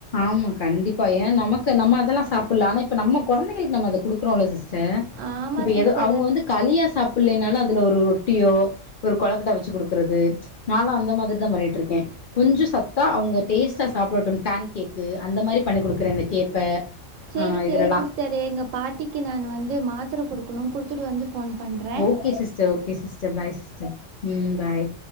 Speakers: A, on the left (about 55°); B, on the right (about 75°).
A: ஆமா கண்டிப்பா ஏனா நமக்கு நம்ம அதெல்லா சாப்பில்லா ஆனா இப்ப நம்ம கொழந்தைகளுக்கு நம்ம அத குடுக்கறோ இல்ல சிஸ் ச்ச
B: ஆமாம்
A: இப்ப
B: சிஸ்டர்
A: ஏதோ அவுங்க வந்து கலியா சாப் பிள்ளைனால அதுல ஒரு ரொட்டியோ ஒரு கொழக்கட்டா வச்சு குடுக்கறது நானு அந்த மாதிரிதா பண்ணிட்ருக்கே கொஞ்சோ சத்தா அவுங்க டேஸ்ட்டா சாப்டட்டு பேன் கேக்கு அந்த மாரி பண்ணி குடுக்குற இந்த கேப்ப
B: செரி
A: ஆ
B: செரி
A: இதுலலா
B: சிஸ்டரு எங்க பாட்டிக்கு நான் வந்து மாத்திர குடுக்குனு குடுத்துட்டு வந்து ஃபோன் பண்ணுறேன்
A: okay sister okay sister bye sister ம் பாய்